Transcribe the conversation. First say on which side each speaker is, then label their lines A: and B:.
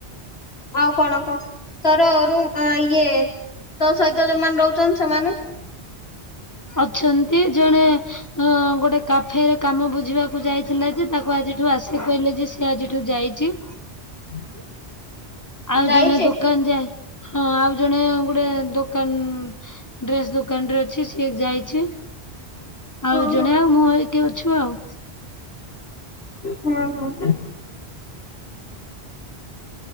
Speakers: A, on the left; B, on the left.
A: ଆଉ କଣ କହ ତର ର ଇଏ ତୋ ସହିତ ଯୋଉମାନେ ରହୁଛନ୍ତି ସେମାନେ।
B: ଅଛନ୍ତି ଜଣେ ଅ ଗୋଟେ। ଫେର କାମ ବୁଝିବାକୁ ଯାଇଥିଲା ଯେ ତାକୁ ଆଜିଠୁ ଆସିିକି କହିଲେ ଯେ ସେ ଆଜିଠୁ ଯାଇଛି।
A: <inaudible>
B: ଆଉ
A: ଯାଇଛି?
B: ଜଣେ ଦୋକାନ ଯାଏ। ହଁ ଆଉ ଜଣେ ଗୋଟେ ଦୋକାନ ଡ୍ରେସ୍ ଦୋକାନ ରେ ଅଛି ସିଏ ଯାଇଛି। ଆଉ
A: ହଁ
B: ଜଣେ
A: ହଁ।
B: ଆଉ ମୁଁ ଏଇଠି ଅଛୁ ଆଉ।
A: ହଁ ହଁ।